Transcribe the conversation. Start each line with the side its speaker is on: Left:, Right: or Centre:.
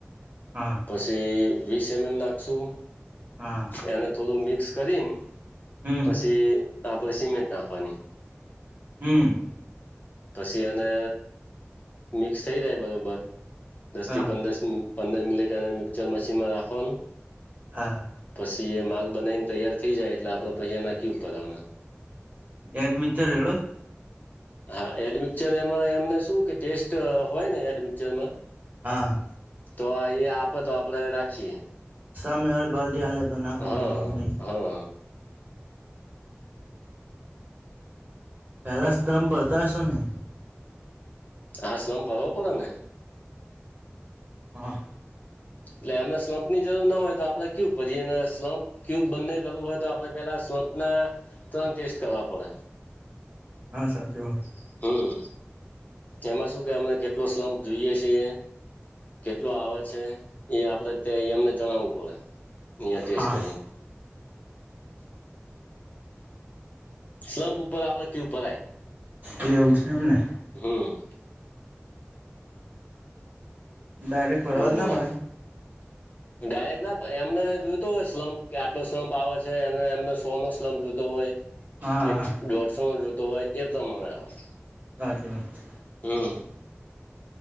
Right: હા
Left: પછી વીસ એમ એમ નાખશું
Right: હા
Left: એને થોડું મિક્સ કરીને
Right: હમ
Left: પછી આપણે સિમેન્ટ નાખવાની
Right: હમ
Left: પછી અને મિક્સ થઈ રહે બરાબર દસ
Right: હા
Left: થી પંદરસ મિન પંદર મિનિટ એને મિક્ચર મશીનમાં રાખવાનું
Right: હા
Left: પછી એ માલ બનાવીને તૈયાર થઈ જાય એટલે આપણે પૈસા નાખી ઉપર આવવાના
Right: એડ મિતચર એડો
Left: હા એડમિક્ચર એમાં એમને શું કે ટેસ્ટ હોય ને એડમિકચર માં
Right: હા
Left: તો એ આપે તો આપણે રાખીએ
Right: સામેરી પાલ્ટતી આવેલે તો નાખોનો
Left: હા
Right: બ નહી
Left: હા
Right: પહેલા સ્ત્રમ પડતા હશો ને
Left: આ શલમ પાડવા પડ ને
Right: હા
Left: એટલે એમને સ્લમપની જરૂર ના હોય તો આપડણે કેયું પરીએ ને સ્લમપ ક્યુબ બંને કરવું હોય તો આપણે પેલા સ્લંપના ત્રણ ટેસ્ટ કરવા પડે
Right: હા સાચી વાત
Left: હમ એમાં શું કે અને કેટલો સ્લમપ જોઈએ છે કેટલો આવે છે એ આપડેં અમને જણાવવું પડે અહયા ટેસ્ટ
Right: હા
Left: કરીને સ્લમપ ઉપર આપલા કયુબ ઉપરાય
Right: એવુ છે એમને
Left: હમ
Right: ડાયરેક્ટ ભરવા
Left: બોલો
Right: જ
Left: બોલો
Right: ના ભરાય
Left: ડાયરેક્ટ ના એમને જોતો હોય સ્લમપ કે આટલો સ્લપ આવે છે અને એમને સો નો સ્લમપ જોતો હોય
Right: હા
Left: એક
Right: હા
Left: દોઢસણ જોતો હોય એ પ્રમાણે આવે
Right: સાચી વાત
Left: હા